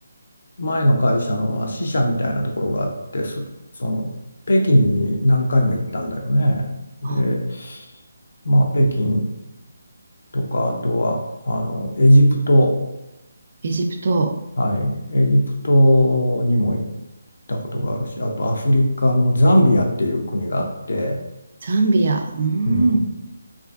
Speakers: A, on the left; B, on the right.
A: 前の会社のまあ支社みたいなところがあって、そ、その北京に何回も行ったんだよね。で、
B: あ、
A: まあ、北京とか、あとはあのエジプト、
B: エジプト、
A: はい、エジプトにも行ったことがあるし、あとアフリカのザンビアっていう国があって、
B: ザンビア、うん、
A: うん、